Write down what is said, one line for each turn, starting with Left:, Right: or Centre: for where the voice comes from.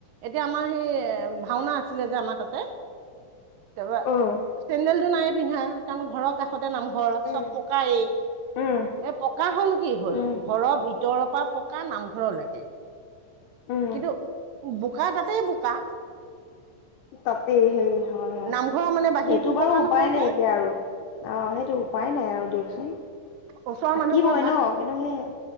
Right: এতিয়া আমাৰ সেই এ ভাওনা আছিলে যে আমাৰ তাতে তাৰপা
Left: অহ
Right: চেন্দেল টো নাইয়ে পিন্ধা কাৰণ ঘৰৰ কাষ- তে নামঘৰ
Left: উম
Right: চব পকাৰ এই
Left: উম
Right: এ পকা হ'ল কি হ'ল
Left: উম
Right: ঘৰৰ ভিতৰৰ পৰা পকা নামঘৰলেকে
Left: উম
Right: কিন্তু বোকা তাতেই বোকা
Left: তাতেই সেই হয় হয়
Right: নামঘৰৰ মানে বাহিৰতো
Left: এইটো বাৰু
Right: পকা
Left: উপায়
Right: নহয়
Left: নাইকিয়া
Right: যে
Left: আৰু অঁ সেইটো উপায় নাই আৰু দিয়কচোন,
Right: ওচৰৰ
Left: থাকিবই
Right: মানুহ ঘৰত ভাত
Left: ন কিন্তু সেই